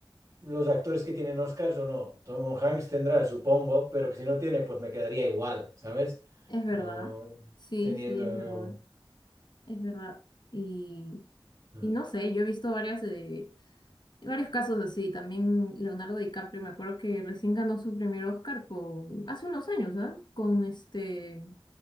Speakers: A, on the right; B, on the left.
A: los actores que tienen Oscars o no. Tom Hanks tendrá, supongo, pero que si no tiene, pues me quedaría igual, ¿sabes?
B: es verdad,
A: No,
B: sí,
A: teniendo,
B: sí, es verdad,
A: no.
B: es verdad. Y,
A: Mm.
B: y no sé, yo he visto varias, eh, Varios casos así, también Leonardo DiCaprio, me acuerdo que recién ganó su primer Oscar con, hace unos años, ¿ah? Con este,